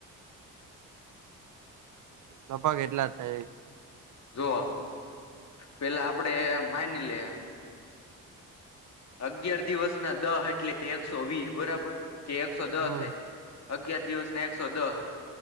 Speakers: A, on the right; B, on the left.
A: લગભગ એટલા જ થાય.
B: જોઓ, પેલા આપડે માની લે અગિયાર દિવસ ના દહ એટલે એકસો વી, બરાબર કે એકસો દહ
A: હમ
B: થાય. અગિયાર દિવસ ને એકસો દસ.